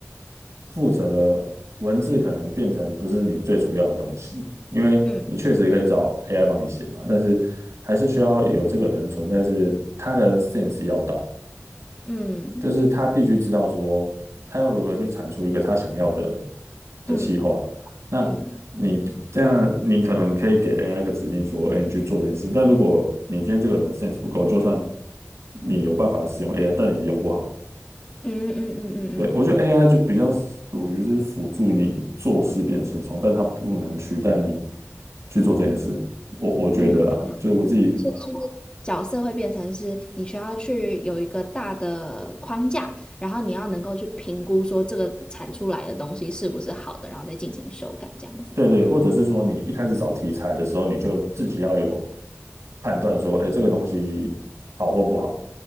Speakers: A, on the right; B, on the left.
A: 负责的文字可能变成不是你最主要的东西，因为你确实可以找
B: 嗯
A: AI 帮你写嘛，但是还是需要有这个人的存在是，他的 sense 要到。
B: 嗯
A: 就是他必须知道说他要如何去产出一个他想要的的计划。
B: 嗯
A: 那你这样，
B: 嗯
A: 你可能可以给 AI 一个指令说，哎，你去做这件事情。但如果你今天这个人的 sense 不够，就算你有办法使用 AI，但你用不好。
B: 嗯嗯嗯嗯
A: 对，我觉得 AI 就比较属于是辅助你做事变轻松，但它不能取代你去做这件事。
B: 嗯
A: 我我觉得啊，
B: 嗯，
A: 就是我自己
B: 所以就是角色会变成是你需要去有一个大的框架，然后你要能够去评估说这个产出来的东西是不是好的，然后再进行修改这样子。
A: 对对，或者是说你一开始找题材的时候，你就自己要有判断说，哎，这个东西好或不好。